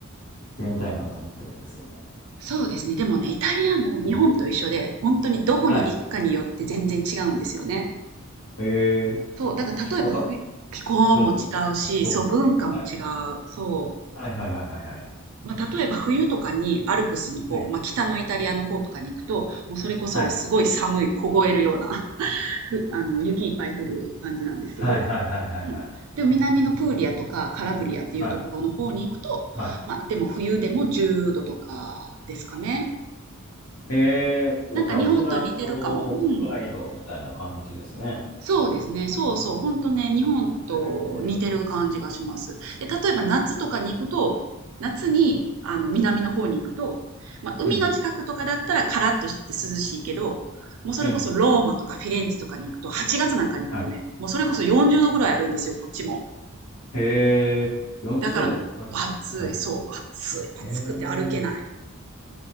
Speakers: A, on the left (about 75°); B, on the right (about 75°).
A: てみたいなと思ってるんですよね。
B: そうですね。でもね、イタリアも日本と一緒で、
A: うん。
B: 本当にどこに行くかによって全然違うんですよね。
A: はい。えー、
B: そう、だから例えばふ気候も違うし、
A: 気候が文化、あ気候も。
B: そう、文化も違う。
A: はい。
B: そう。
A: はいはいはいはいはい。
B: まあ、例えば冬とかにアルプスの方、
A: はい。
B: まあ、北のイタリアの方とかに行くと、もうそれこそすごい寒い、
A: はい。
B: 凍えるような、<laughs> ふ、あの、雪いっぱい降る感じなんですけど、
A: はいはいはいはいはい。
B: うん。でも南のプーリアとかカラブリアっていうところの方に行くと、
A: はい。はい。
B: まあ、でも冬でも10度とかですかね。
A: えー、お、
B: なんか日本と似てるかも。
A: じゃあ沖縄と北海道みたいな感じですね。
B: うん。そうですね。そうそう。ほんとね、日本と似てる感じがします。
A: えー、
B: で、例えば夏とかに行くと、夏に、あの、南の方に行くと、まあ、海の近くとかだったらカラッとしてて涼しいけど、
A: うん。
B: もうそれこそローマとかフィレンツェとかに行くと、
A: うん。
B: 8月なんかに行くとね、
A: はい。
B: もうそれこそ40度ぐらいあるんですよ、こっちも。
A: へえ、40度。
B: だから、
A: マジか。
B: 暑い、
A: はい。
B: そう、暑い、暑くて歩けない。
A: えー、